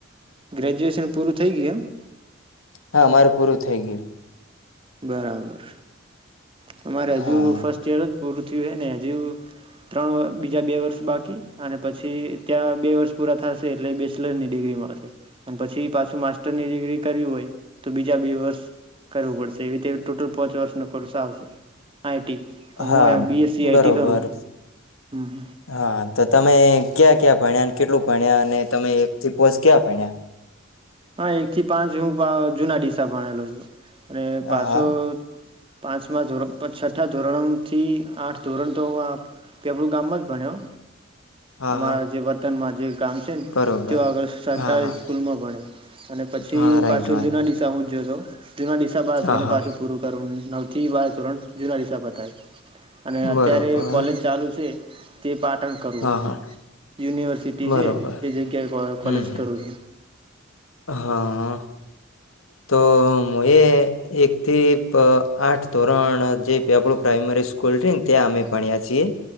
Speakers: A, on the right; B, on the left.
A: ગ્રેજ્યુએશન પૂરું થઈ ગયું એમ
B: હા મારેું પૂરું થઈ ગયું
A: બરાબર તમારે
B: હા
A: હજુ ફર્સ્ટ યર જ પૂરું ને જે ત્રણ બીજા બે વર્ષ બાકી અને પછી ત્યાં બે વર્ષ પૂરા થશે એટલે બેચલર ની ડિગ્રી મળશે અને પછી પાછ માસ્ટર ની ડિગ્રી કરવી હોય તો બીજા બે વર્ષ કરવું પડશે. એ રીતે ટોટલ પાંચ વર્ષો હ
B: હા
A: બીએસસી આઈટી
B: બરોબર
A: કરું હ.
B: હા તો તમે ક્યાં ક્યાં ભણ્યા કેટલું ભણ્યા અને તમે એક થી પોચ ક્યાં ભણ્યા?
A: હા એક થી પાંચ હું જુના ડીસા ભણેલો છું. અને
B: હા
A: પાસો પાંચમા ધોરણ છઠ્ઠા ધોરણોથી આઠ ધોરણ તો હું પેપળું ગામમાં જ ભણ્યો.
B: હા
A: અમારા
B: હા હા
A: જે વતનમાં જે ગામ છે ને
B: બરોબર
A: તેઓ આગળ સરકારી
B: હા હા
A: સ્કૂલમાં ભણે. અને પછી
B: હા રાઈટ
A: પાછળ
B: વાત
A: જુના દિશા હું જો તો જેમાં નિડીશસા બાહ
B: હા
A: ધોરણ
B: હા
A: પાછું પૂરું કરું. નવથી બાર સોરણ જૂના દિસા પતય અને
B: બરોબર
A: અત્યારે કોલેજ ચાલુ છે. તે પાઠ પાટણ કરવું
B: હા હા
A: યુનિવર્સિટી
B: બરોબર
A: છે તે જગ્યાએ
B: હમ
A: કોલેજ
B: હમ
A: કરવું છ.
B: હા. તો મ એ એક થી આઠ ધોરણ જે આપડું પ્રાઈમરી સ્કૂલ છે ને ત્યાં અમે ભણ્યા છીએ.